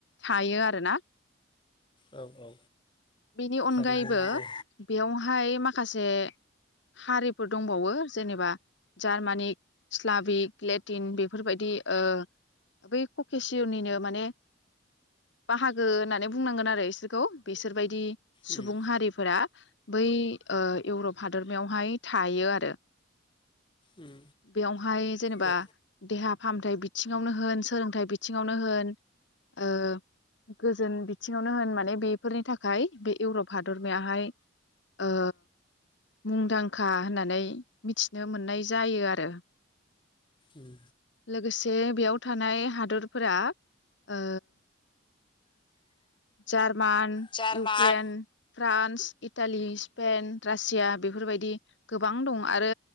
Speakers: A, on the left (about 60°); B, on the left (about 25°).
A: थायो आरो ना
B: औ औ
A: बेनि अनगायैबो
B: थारैनो नंगौ
A: बेयावहाय मा माखासे हारिफोर दंबावो जेनेबा जार्मानिक इस्लाबिक लेटिन बेफोरबायदि ओ बै कुकेसियनिनो माने बाहागो होननानै बुंनांगोन आरो इसोरखौ बिसोरबायदि सुबुं
B: उम
A: हारिफोरा बै ओ इउरप हादरमायावहाय थायो आरो
B: उम
A: बेयावहाय जेनेबा
B: ओ
A: देहा फाहामथाइ बिथिङावनो होन सोलोंथाइ बिथिङावनो होन ओ गोजोन बिथिङावनो होन माने बेफोरनि थाखाय बे इउरप हादरमायाहाय ओ मुंदांखा होननानै मिथिनो मोननाय जायो आरो
B: उम
A: लोगोसे जे बेयाव थानाय हादरफोरा ओ जार मान
B: German
A: Ukraine France Italy Spain Russia बेफोरबायदि गोबां दं आरो